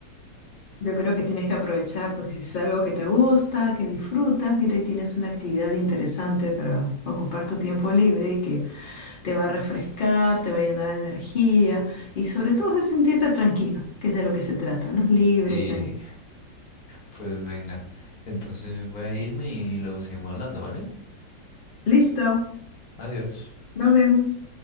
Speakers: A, on the left; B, on the left.
A: Yo creo que tienes que aprovechar porque si es algo que te gusta, que disfrutas, mira, y tienes una actividad interesante para ocupar tu tiempo libre y que te va a refrescar, te va a llenar de energía y sobre todo de sentirte tranquilo, que es de lo que se trata, ¿no? Libre,
B: Y
A: tranquilo.
B: pues venga, entonces voy a irme y luego seguimos hablando, ¿vale?
A: Listo,
B: Adiós.
A: nos vemos.